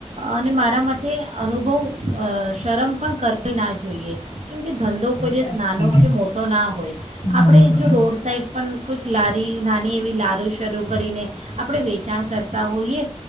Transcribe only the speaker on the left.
સાચી
વાત
ના
હોય